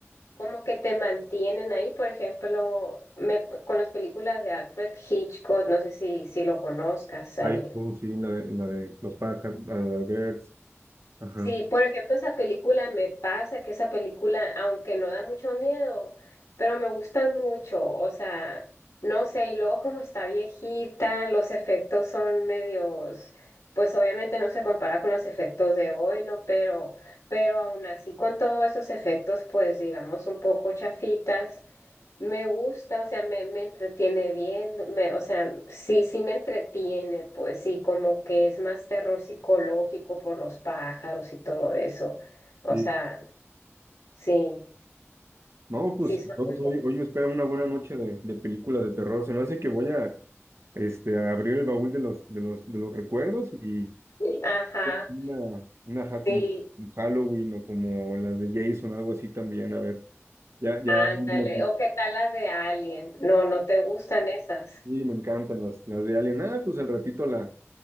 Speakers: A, on the left (about 85°); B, on the right (about 65°).
A: como que te mantienen ahí, por ejemplo, me, con las películas de Alfred Hitchcock, no sé si, si lo conozcas,
B: Ay,
A: al,
B: oh, sí, en la de, en la de los pájaros, la de Birds. Ajá.
A: Sí, por ejemplo, esa película me pasa que esa película, aunque no da mucho miedo, pero me gusta mucho, o sea, no sé, y luego como está viejita, los efectos son medios, pues obviamente no se compara con los efectos de hoy, ¿no? Pero, pero aún así con todos esos efectos, pues digamos un poco chafitas, me gusta, o sea, me, me entretiene viendo, me, o sea, sí, sí me entretiene, pues sí, como que es más terror psicológico por los pájaros y todo eso. O
B: Sí.
A: sea, sí,
B: No, pues
A: sí son
B: vamos,
A: muy
B: hoy,
A: buenas.
B: hoy me espera una buena noche de, de películas de terror. Se me hace que voy a, este, a abrir el baúl de los, de los, de los recuerdos y
A: Sí, Ajá,
B: una, una ajá, como
A: sí,
B: Halloween o como la de Jason, algo así también. A ver, ya, ya.
A: ándale.
B: no, no, no.
A: ¿O qué tal las de Alien? No, no te gustan esas.
B: Sí, me encantan las, las de Alien. Ah, pues al ratito la,